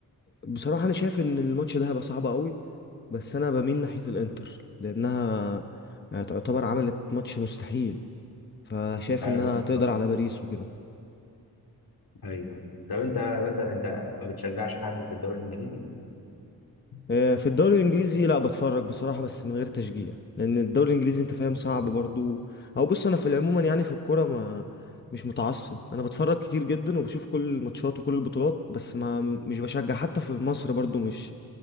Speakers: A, on the left (about 30°); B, on the left (about 75°).
A: بصراحة انا شايف ان الماتش ده هيبقى صعب قوي بس انا بميل ناحية الانتر لانها يعني تعتبر عملت ماتش مستحيل فشايف
B: ايوه
A: انها
B: بالظبط
A: تقدر على باريس وكده
B: ايوه طب انت مثلا انت ما بتشجعش حد في الدوري الانجليزي؟
A: آه، في الدوري الانجليزي لا بتفرج بصراحه بس من غير تشجيع لان الدوري الانجليزي انت فاهم صعب برضو او بص انا في العموم يعني في الكوره ما مش متعصب انا بتفرج كتير جدا وبشوف كل الماتشات وكل البطولات بس ما مش بشجع حتى في مصر برضو مش